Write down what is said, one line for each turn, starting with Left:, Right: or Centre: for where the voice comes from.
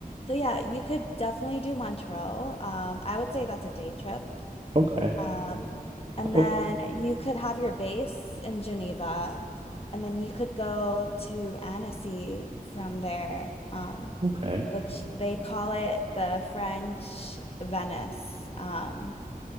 Left: so yeah, you could definitely do Montreux. Um, I would say that's a day trip.
Right: Okay.
Left: Um, and
Right: Oh,
Left: then you could have your base in Geneva, and then you could go to Annecy from there, um,
Right: okay.
Left: which they call it the French Venice, um,